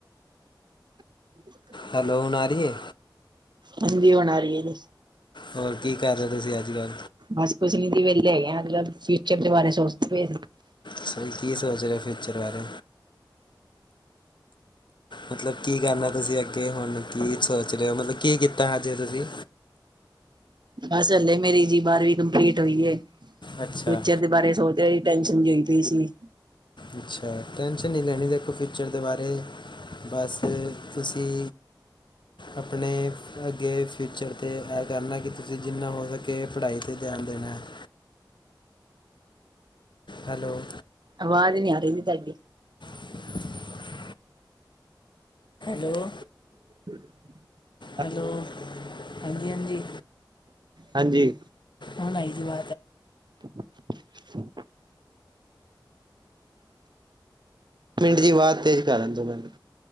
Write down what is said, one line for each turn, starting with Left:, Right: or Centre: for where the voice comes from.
Right: <unintelligible>
Left: ਹੈਲੋ ਹੂੰ ਆਰੀ ਏ?
Right: ਹਾਂਜੀ ਹੁਣ ਆਰੀ ਐ ਜੀ।
Left: ਹੋਰ ਕੀ ਕਰ ਰੇ ਓ ਤੁਸੀਂ ਅੱਜ ਕੱਲ?
Right: ਬਸ ਕੁਛ ਨੀ ਸੀ ਵਹਲੇ ਹੈਗੇਤਲ ਫਿਊਚਰ ਦੇ ਬਾਰੇ ਸੋਚਦੇ
Left: ਸਈ ਕੀ ਸੋਚ ਰਿਆ ਫਿਊਚਰ ਬਾਰੇ? ਮਤਲਬ ਕੀ ਕਰਨਾ ਤੁਸੀਂ ਅੱਗੇ ਹੁਣ ਕੀ ਸੋਚ ਰੇ ਓ ਮਤਲਬ ਕੀ ਕੀਤਾ ਹਜੇ ਤੁਸੀਂ?
Right: ਬਸ ਹਲੇ ਮੇਰੀ ਜੀ ਬਾਰਵੀਂ ਕੰਪਲੀਟ ਹੋਈ ਐ
Left: ਅੱਛਾ
Right: ਫਿਊਚਰ ਦੇ ਬਾਰੇ ਸੋਚ ਰ ਟੈਨਸ਼ਨ ਜੀ ਹੋਈ ਪਈ ਸੀ।
Left: ਅੱਛਾ ਟੈਂਸ਼ਨ ਨੀ ਲੈਣੀ ਦੇਖੋ ਫਿਊਚਰ ਦੇ ਬਾਰੇ ਬਸ ਤੁਸੀਂ ਆਪਣੇ ਅੱਗੇ ਫਿਊਚਰ ਤੇ ਐ ਕਰਨਾ ਕਿ ਤੁਸੀਂ ਜਿੰਨਾ ਹੋ ਸਕੇ ਪੜ੍ਹਾਈ ਤੇ ਧਿਆਨ ਦੇਣਾ। <inaudible> ਹੈਲੋ
Right: ਆਵਾਜ਼ ਨਹੀਂੀ ਆ ਰਹੀਦੀ ਤੁਹਾਡੀ
Left: <inaudible> ਹੈਲੋ
Right: <inaudible>
Left: ਹੈਲੋ ਹਾਂਜੀ ਹਾਂਜੀ
Right: ਹਾਂਜੀ
Left: ਹੁਣ ਆਈ ਜੀ <inaudible>
Right: <unintelligible> ਮਿੰਟ ਜੀ ਵਾਜ ਤੇਜ ਕਰਨ ਦੋ ਮੈਨੂੰ